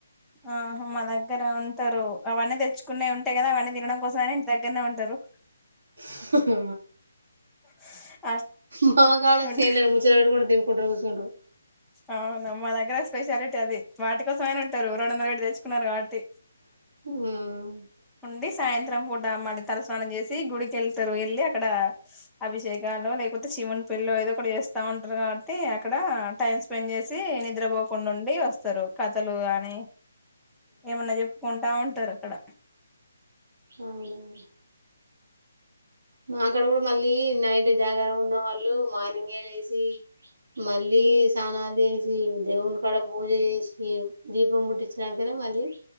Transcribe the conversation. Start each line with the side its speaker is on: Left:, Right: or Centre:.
Centre: ఆహా మా దగ్గర ఉంటారు అవన్నీ తెచ్చుకునే ఉంటాయి కదా అవన్నీ తినడం కోసమే ఇంటి దగ్గరనే ఉంటారు
Right: హు
Centre: <unintelligible>
Right: మా కాడ
Centre: ఉంట
Right: చేన్లో ముచ్చట పెట్టుకుంటా తి నుకుంటూ కూసుంటారు.
Centre: అవునా మా దగ్గర స్పెషాలిటీ అది వాటి కోసమేనా ఉంటారు రెండువందలు పెట్టి తెచ్చుకున్నారు, కాబట్టి
Right: <unintelligible>
Centre: ఉంది సాయంత్రం పూట మడ తలస్నానం చేసి గుడికి వెళ్తారు వెళ్ళి అక్కడ అభిషేకాలు లే, అయితే శివుని పెళ్లిలో ఏదో ఒకటి చేస్తా ఉంటారు, కాబట్టి అక్కడ టైం స్పెండ్ చేసి నిద్రపోకుండా ఉండి డి వస్తారు కథలు కాని ఏమన్నా చెప్పుకుంటా ఉంటారు అక్కడ
Right: అవునా మాకాడ కూడా మళ్ళీ నైట్ జాగారం ఉన్న వాళ్ళు మార్నింగే లేసి, మళ్ళీ స్నానాలు చేసి దేవుని కాడ పూజ చేసి దీపం మూట్టిచ్చినంకనే, మళ్ళీ